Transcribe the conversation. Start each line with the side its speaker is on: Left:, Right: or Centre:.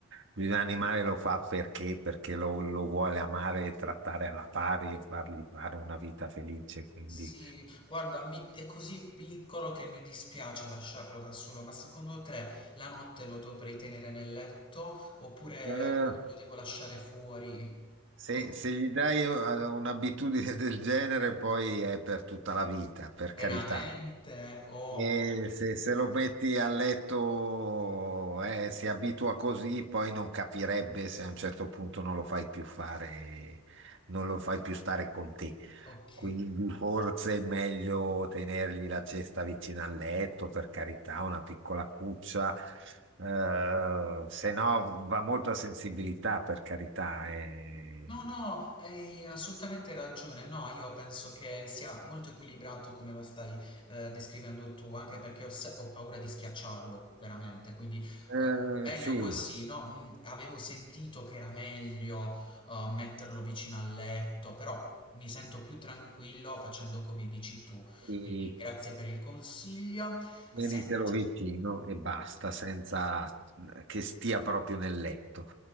Right: di un animale lo fa perché, perché lo, lo vuole amare e trattare alla pari e fargli fare una vita felice. Quindi.
Left: Sì, guarda, mi- è così piccolo che mi dispiace lasciarlo da solo, ma secondo te la notte lo dovrei tenere nel letto oppure
Right: Eh,
Left: lo, lo devo lasciare fuori?
Right: Se,
Left: Come-
Right: se gli dai uh, un'abitudine del genere, poi è per tutta la vita, per
Left: Veramente?
Right: carità.
Left: Oh,
Right: E se, se lo metti a letto, eh, si abitua così, poi non capirebbe se a un certo punto non lo fai più fare, non lo fai più stare con te.
Left: ok.
Right: Quindi forse è meglio tenergli la cesta vicino al letto, per carità, una piccola cuccia. Eh, se no va molto a sensibilità, per carità. eh.
Left: No, no, hai assolutamente ragione. No, io penso che sia molto equilibrato come lo stai eh, descrivendo tu, anche perché ho, se- ho paura di schiacciarlo, veramente. Quindi eh,
Right: Eh,
Left: meglio
Right: sì,
Left: così, no? Mm, avevo sentito che era meglio eh, metterlo vicino al letto, però mi sento più tranquillo facendo come dici tu.
Right: sì,
Left: Quindi grazie per il consiglio.
Right: tienitelo
Left: Senti,
Right: vicino e basta, senza eh, che stia proprio nel letto.